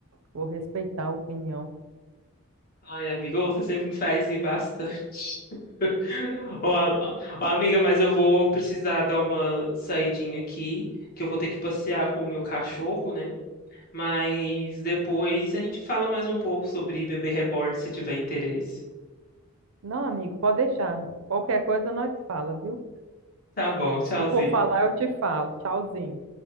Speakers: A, on the right; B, on the left.
A: Vou respeitar a opinião.
B: Ai, amigo, você sempre me faz e basta. <laughs> Ô, a- ô, amiga, mas eu vou precisar dar uma saidinha aqui, que eu vou ter que passear com o meu cachorro, né? Mas depois a gente fala mais um pouco sobre Bebê Reborn, se tiver interesse.
A: Não, amigo, pode deixar. Qualquer coisa nós fala, viu?
B: Tá bom, tchauzinho.
A: Se eu for falar, eu te falo. Tchauzinho.